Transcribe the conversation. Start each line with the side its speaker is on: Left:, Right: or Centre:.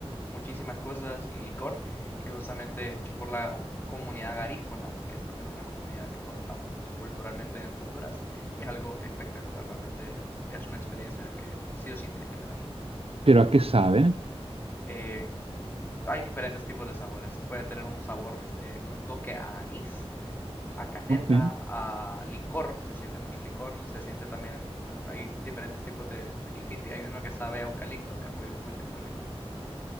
Left: muchísimas cosas y licor que justamente es hecho por la comunidad garífuna, que es también una comunidad que contamos culturalmente dentro de Honduras y es algo espectacular, realmente es una experiencia que sí o sí tienes que tener.
Right: ¿Pero a qué sabe?
Left: Eh, hay diferentes tipos de sabores. Puede tener un sabor, eh, un toque a anís, a canela,
Right: Ok,
Left: a licor. Se siente mucho licor. Se siente también, a- hay diferentes tipos de, de Gifiti. Hay uno que sabe a eucalipto. Es muy, muy, muy rico.